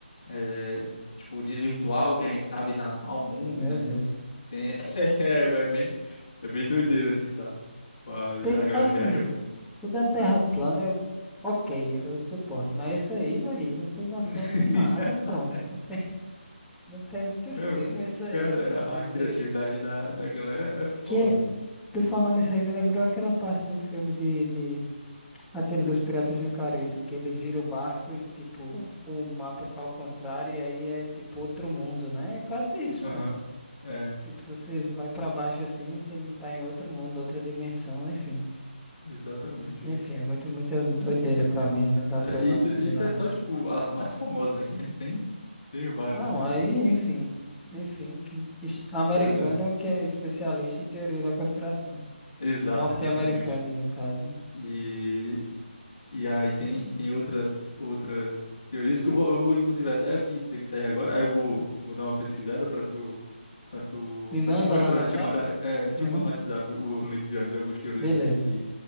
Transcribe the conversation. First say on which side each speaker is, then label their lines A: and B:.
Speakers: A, on the left; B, in the centre.
A: é, tipo, desvirtuar o que a gente sabe em relação ao mundo,
B: Meu
A: né? Então,
B: Deus.
A: tem, <laughs> é, é bem, é bem doideira, assim, sabe? Mas
B: Tem,
A: a galera
B: assim,
A: viaja muito.
B: o da Terra plana, eu, ok, eu suporto, mas isso aí, velho, não tem noção
A: <laughs>
B: de nada, pô. Não tem, não tem é muito
A: Não,
B: filme isso aí,
A: cara,
B: pô, de
A: a criatividade
B: ter...
A: da, da galera é foda,
B: Que, é,
A: meu.
B: tu falando isso aí, me lembrou aquela parte do filme de, de... Aquele dos Piratas do Caribe, que ele vira o barco e, tipo, o mapa tá ao contrário e aí é, tipo, outro mundo, né? É quase isso,
A: Aham,
B: pô.
A: é,
B: Tipo, você vai pra baixo assim, tem, tá em outro mundo, outra dimensão, enfim.
A: exatamente,
B: Enfim,
A: cara.
B: é muito, muito doideira pra mim, não dá
A: É,
B: pra
A: isso,
B: eu assimilar,
A: isso é só,
B: não.
A: tipo, as mais famosas, né? Que a gente tem, tem várias,
B: Não,
A: assim.
B: aí, enfim. Enfim, que es- americano
A: Pois é,
B: que é especialista em teoria da conspiração.
A: exato,
B: Norte-americano,
A: exatamente.
B: no caso, né?
A: E E aí tem, tem outras outras teorias que eu vou, eu vou inclusive até aqui ter que sair agora. Aí eu vou, vou dar uma pesquisada para tu para tu
B: Me manda
A: para te mostrar,
B: lá no WhatsApp?
A: né? te mandar, é, eu te
B: Uhum.
A: mando no WhatsApp o link de, de algumas teorias
B: Beleza.
A: assim que